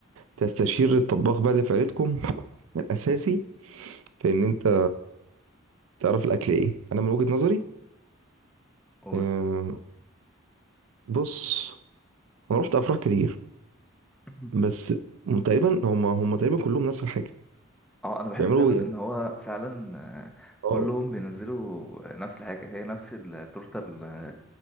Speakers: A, on the right; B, in the centre.
A: تستشير الطباخ بقى اللي في عيلتكم <laughs> الاساسي في ان انت تعرف الاكل ايه انا من وجهة نظري
B: قول.
A: آم، بص انا رحت افراح كتير
B: <coughs>
A: بس تقريبا هم هم تقريبا كلهم نفس الحاجه
B: اه انا بحس
A: بيعملوا
B: دايما
A: يعني
B: ان هو فعلا آه،
A: اه
B: كلهم بينزلوا نفس الحاجه هي نفس التورته ال-